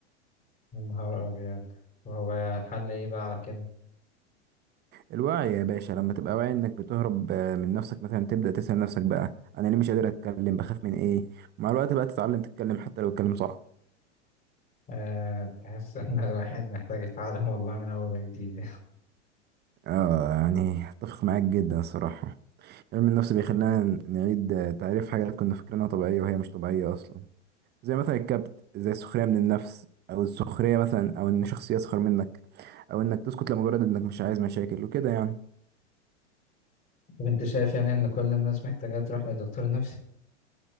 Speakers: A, on the left (about 25°); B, on the right (about 30°).
A: يا نهار ابيض وهو الحل ايه بقى على كده
B: الوعي يا باشا لما تبقى واعي انك بتهرب آه، من نفسك مثلا تبدأ تسأل نفسك بقى انا ليه مش قادر اتكلم بخاف من ايه ومع الوقت بقى تتعلم تتكلم حتى لو الكلام صعب
A: أه تحس ان الواحد محتاج يتعلم والله من اول وجديد
B: اه يعني اتفق معاك جدا الصراحة علم النفس بيخلينا نعيد آه، تعريف حاجات كنا فاكرينها طبيعية وهي مش طبيعية اصلا زي مثلا الكبت زي السخرية من النفس او السخرية مثلا او ان شخص يسخر منك او انك تسكت لمجرد انك مش عايز مشاكل وكده يعني
A: <laughs> طب انت شايف يعني ان كل الناس محتاجة تروح لدكتور نفسي